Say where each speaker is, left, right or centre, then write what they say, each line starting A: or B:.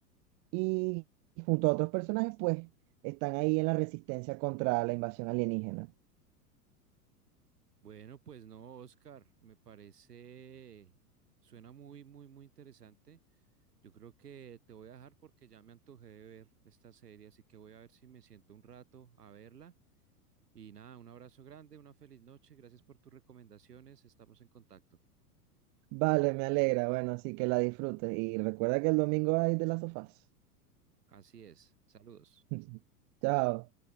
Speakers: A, on the right; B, on the right.
A: y junto a otros personajes, pues están ahí en la resistencia contra la invasión alienígena.
B: Bueno, pues no, Oscar, me parece, suena muy, muy, muy interesante. Yo creo que te voy a dejar porque ya me antojé de ver esta serie, así que voy a ver si me siento un rato a verla. Y nada, un abrazo grande, una feliz noche, gracias por tus recomendaciones, estamos en contacto.
A: Vale, me alegra. Bueno, así que la disfrutes y recuerda que el domingo hay de las sofás.
B: Así es, saludos.
A: <laughs> Chao.